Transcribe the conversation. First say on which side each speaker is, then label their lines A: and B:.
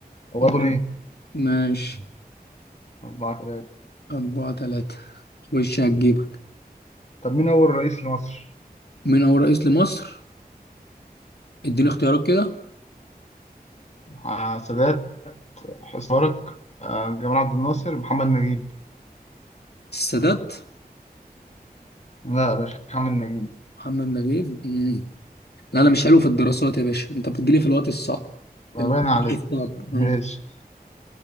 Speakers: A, on the left; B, on the left.
A: هو
B: مم.
A: اغنى ايه؟
B: ماشي
A: أربعة تلاتة
B: أربعة تلاتة خش هتجيبك
A: طب مين أول رئيس لمصر؟
B: مين أول رئيس لمصر اديني اختيارات كده
A: آه، سادات حسني مبارك آه، جمال عبد الناصر محمد نجيب
B: السادات
A: لا يا باشا محمد نجيب
B: محمد نجيب مم. لا أنا مش حلو في الدراسات يا باشا أنت بتجيلي في الوقت الصعب
A: ما
B: في الوقت
A: باين عليك
B: الصعب مم.
A: ماشي